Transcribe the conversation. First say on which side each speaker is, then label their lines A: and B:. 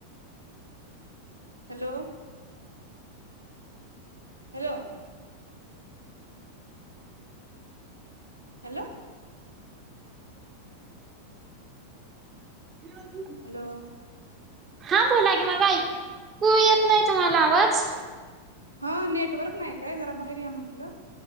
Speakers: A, on the right; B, on the right.
A: हेलो हेलो हॅलो
B: रिकामा ऑडिओ
A: हॅलो
B: हा बोला की माझ ऐकू येत नाय तुम्हाला आवाज
A: हा नेटवर्क नाय काय जरा बाहेर या म्हटलं